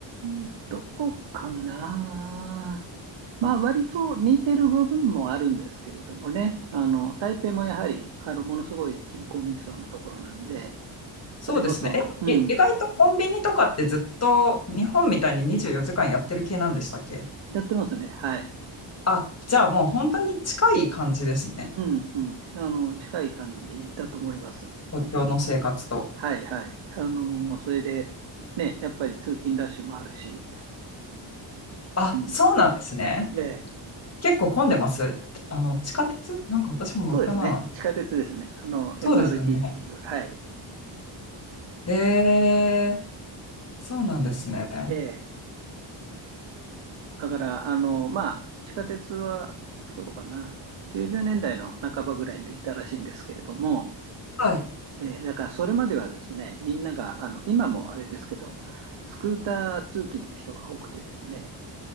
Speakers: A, on the right; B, on the left.
A: ん、どこかな。まあ、割と似てる部分もあるんですけれどもね。あの、台北もやはり、あの、ものすごい人口密度のところなんで、それこそ、
B: そうですね。
A: うん、
B: え、い意外とコンビニとかってずっと日本みたいに24時間やってる系なんでしたっけ
A: やってますね。はい。
B: あ、じゃあもう本当に近い感じですね。
A: うん、うん。あの、近い感じだと思います。
B: 東京の生活と。
A: はい、はい。あの、それで、ね、やっぱり通勤ラッシュもあるし、
B: あ、
A: う
B: そうなんですね。
A: ん。ええ
B: 結構混んでます。あの、地下鉄なんか私も乗ったな。
A: そうですね。地下鉄ですね。あの、
B: そうですよね。
A: MRT っていう。はい。
B: へえ、そうなんですね。
A: ええ。だから、あの、まあ、地下鉄はいつ頃かな。90年代の半ばぐらいにできたらしいんですけれども、
B: はい。
A: ええ、だからそれまではですね、みんなが、あの、今もあれですけど、スクーター通勤の人が多くてですね、